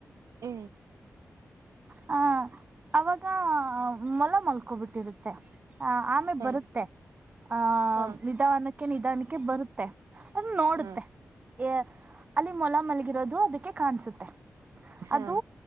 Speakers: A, on the right (about 80°); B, on the right (about 30°).
A: ಏ.
B: ಹಾ. ಅವಾಗ ಮೊಲ ಮಲ್ಕೊಬಿಟ್ಟಿರುತ್ತೆ ಆ ಆಮೆ
A: ಹಾ
B: ಬರುತ್ತೆ. ಆಹ
A: ಹಾ
B: ನಿಧಾನಕ್ಕೆ ನಿಧಾನಕ್ಕೆ ಬರುತ್ತೆ. ಅ ನೋಡುತ್ತೆ
A: ಹಾ
B: ಅ ಅಲ್ಲಿ ಮೊಲ ಮಲಗಿರೋದು ಅದಕ್ಕೆ ಕಾಣಸುತ್ತೆ.
A: ಹಾ
B: ಅದು